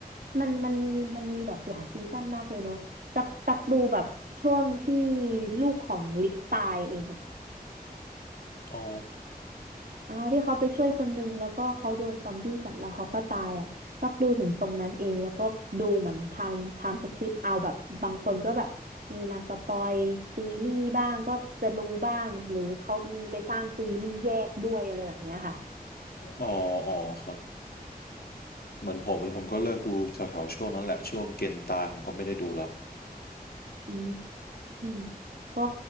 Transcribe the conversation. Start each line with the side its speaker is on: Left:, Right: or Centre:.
Right: มันมันมีมันมีแบบหลายซีซั่นมากเลยเนาะตักตักดูแบบช่วงที่ลูกของลิกตายเองอ่ะ
Left: อ๋อ
Right: อ่าที่เขาไปช่วยคนนึงแล้วก็เขาโดนซอมบี้กัดแล้วเขาก็ตายอ่ะตักดูถึงตรงนั้นเองแล้วก็ดูเหมือนทางไทำสคริปต์เอาแบบบางคนก็แบบมีมาสปอยซีรีส์บ้างก็จะรู้บ้างหรือเขามีไปสร้างซีรีส์แยกด้วยอะไรแบบเนี้ยค่ะ
Left: อ๋อ อ๋อครับ เหมือนผมเลยผมก็เลิกดูแถวๆช่วงนั้นแหละช่วงเกณฑ์ตายผมก็ไม่ได้ดูละ
Right: อืมก็